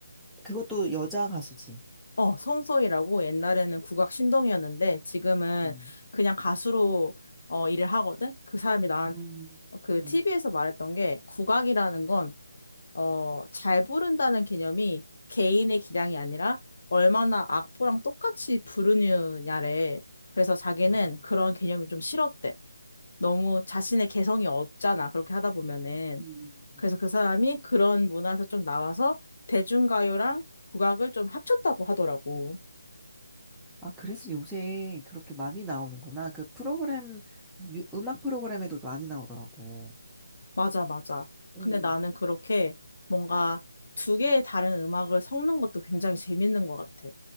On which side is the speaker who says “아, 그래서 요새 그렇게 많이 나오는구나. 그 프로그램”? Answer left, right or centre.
Centre